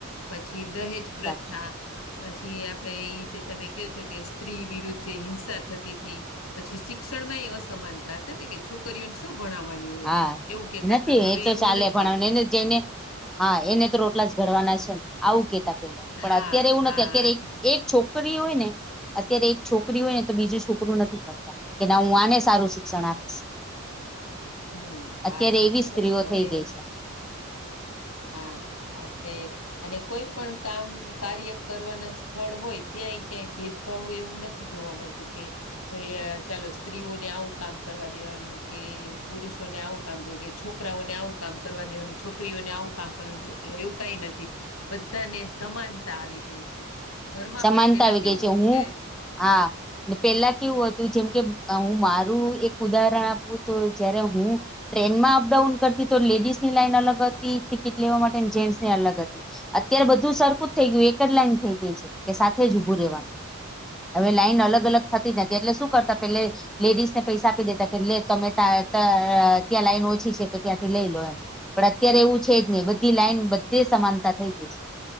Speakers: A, on the left; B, in the centre.
A: પછી દહેજ પ્રથા
B: સાચું
A: પછી આપડે ઈ જે તમે કહ છો, કે સ્ત્રી વિરુદ્ધ જે હિંસા થતી હતીથી પછી શ શિક્ષણમાં એ અસમાનતા હતા, ને કે છોકરી ને શું ભણાવવાની હોય
B: હા
A: એવું કેતા
B: નથી
A: ત હવે
B: એ તો
A: એવું
B: ચાલે
A: નથી.
B: પણ એને જઈને હા એને તો રોટલા જ ઘડવાના છેને, આવું કેતા પેલા પણ
A: હા
B: અત્યારે એવું
A: હા
B: નથી અત્યારે
A: હા
B: એક છોકરી હોય ને, અત્યારે એક છોકરી હોય ને તો બીજું છોકરું નથી, પડતા કે ના હું આને સારું શિક્ષણ આપીશ
A: હમ હા
B: અત્યારે
A: સાચી
B: એવી સ્ત્રીઓ
A: વાત છે,
B: થઈ
A: હવે
B: ગઈ છે
A: હા, એટલે અને કોઈ પણ કામ કાર્ય કરવાના સ્થળ હોય ત્યાંય ક્યાંય ભેદ બ એવું નથી જોવા મળતું કે ભાઈ ચાલો સ્ત્રીઓને આવું કામ કરવા દેવાનું કે પુરુષોને આવું કામ કર છોકરાઓને આવું કામ કરવા દેવાનું છોકરીઓને આવું કામ કરવા એવું કઈ નથી બધાને સમાનતા આવી ગઈ છે. ઘરમાં
B: સમાનતા
A: પણ પેલા
B: આવી
A: કેવું
B: ગઈ છે
A: હતુ,
B: હું
A: કે.
B: હા. પેલા કેવું
A: હમ,
B: હતું જેમ કે હું મારું એક ઉદાહરણ આપું તો જય્યારેારે હુ ટ્રેનમાં અપડાઉન કરતી તો લેડીઝ ની લાઈન અલગ હતી ટિકિટ લેવા માટે જેન્ટ્સ ની અલગ હતી. અત્યારે બધું સરખું જ થઈ ગયું એક જ લાઈન થઈ ગઈ છે, કે સાથે જ ઊભું રહેવાનુ હવે લાાઈન
A: હા
B: અલગ અલગ થતી, જતી એટલે શું કરતા પેલે. લેડીસ ને પૈસા આપી દેતા કે તમે ત્યાં લાઈન ઓછી છે, તો ત્યાંથી લઈ લો એમ. પણ અત્યારે એવું છે જ નહી બધી લાઈન બધી સમાનતા થઈ ગયઈ છે.